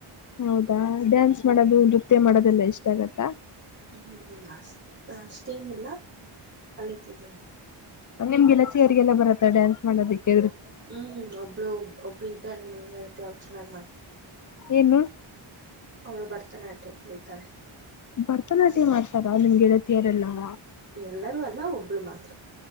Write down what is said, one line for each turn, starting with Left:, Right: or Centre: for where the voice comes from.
Left: ಹೌದಾ ಡ್ಯಾನ್ಸ್ ಮಾಡೋದು ನೃತ್ಯ ಮಾಡೋದೆಲ್ಲಾ ಇಷ್ಟ ಆಗತ್ತಾ.
Right: ಹ್ಮ್ ಅಷ್ಟ ಅಷ್ಟೇನಿಲ್ಲ ಕಲಿತಿದ್ದಿನಿ.
Left: ನಿಮ್ಗೆಲ್ಲ ಚೇರಿಗೆಲ್ಲ ಬರತ್ತಾ ಡ್ಯಾನ್ಸ್ ಮಾಡೋದಕ್ಕೆ
Right: ಹ್ಮ್ ಒಬ್ಳು ಒಬ್ಳ ಇದ್ದಾಳೆ ನನ್ಗೆ ಹೇಳ್ತ ಅವ್ಳು ಚನ್ನ್ ಮಾಡ್ತಾಳೆ.
Left: ಏನು
Right: ಅವ್ಳು ಭರ್ತನಾಟ್ಯ ಕಲಿತಾಳೆ.
Left: ಭರತನಾಟ್ಯ ಮಾಡ್ತಾರ ನಿಮ್ಗೆಳತಿಯರೆಲ್ಲ.
Right: ಎಲ್ಲರೂ ಅಲ್ಲ ಒಬ್ಳು ಮಾತ್ರ.